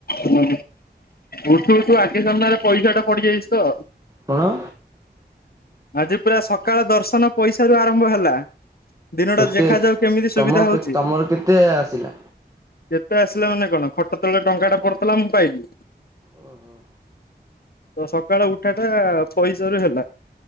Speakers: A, on the left (about 60°); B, on the right (about 20°).
A: ହ ଉଠୁ ଉଠୁ ଆଗେ ସାମନାରେ ପଇସା ଟା ପଡିଯାଇଛି ତ।
B: କଣ?
A: ଆଜି ପୁରା ସକାଳ ଦର୍ଶନ ପଇସାରୁ ଆରମ୍ଭ ହେଲା। ଦିନଟା
B: କେତେ
A: ଦେଖାଯାଉ କେମିତି ସୁବିଧା
B: ତମ
A: ହଉଛି।
B: ତମର କେତେ ଆସିଲା?
A: ଯେତେ ଆସିଲେ ମାନେ କଣ ଖଟ ତଳେ ଟଙ୍କା ଟା ପଡିଥିଲା ମୁଁ ପାଇବି।
B: ଓ ହୋ।
A: ତ ସକାଳ ଉଠା ଟା ପଇସା ରୁ ହେଲା।